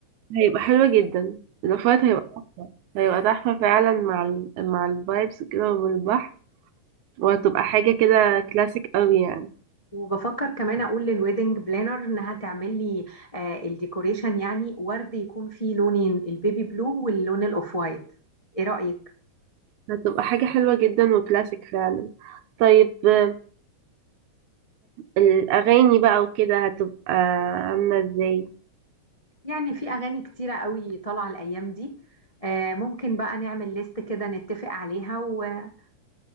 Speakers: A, on the right; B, on the left.
A: هيبقى حلوة جدا الاوفرت هيبقى تحفة هيبقى تحفة فعلا مع ال... مع الفايبس كده والبحر وهتبقى حاجة كده كلاسيك قوي يعني
B: وبفكر كمان اقول للويدنج بلانر انها تعمل لي آه الديكوريشن يعني ورد يكون فيه لونين البيبي بلو واللون الاوف وايت ايه رأيك
A: هتبقى حاجة حلوة جدا وكلاسيك فعلا طيب آه، الأغاني بقى وكده هتبقى عاملة ازاي
B: يعني في اغاني كتيرة قوي طالعة الايام دي آه ممكن بقى نعمل ليست كده نتفق عليها وتبقى